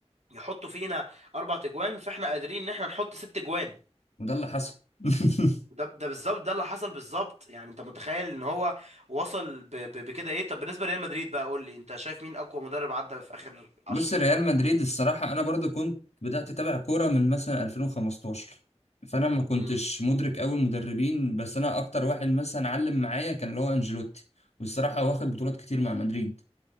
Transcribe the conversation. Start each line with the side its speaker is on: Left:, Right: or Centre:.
Right: يحطوا فينا اربع تجوان فاحنا قادرين ان احنا نحط ست جوان
Left: وده اللي حصل <laughs>
Right: ده ده بالظبط ده اللي حصل بالظبط يعني انت متخيل ان هو وصل ب... ب... بكده ايه طب بالنسبه لريال مدريد بقى قول لي انت شايف مين اقوى مدرب عدى في اخر 10
Left: بص
Right: سنين
Left: ريال مدريد الصراحة أنا برضو كنت بدأت أتابع كورة من مثلا 2015 فأنا ما كنتش
Right: امم
Left: مدرك أوي المدربين بس أنا أكتر واحد مثلا علم معايا كان اللي هو أنجيلوتي والصراحة هو واخد بطولات كتير مع مدريد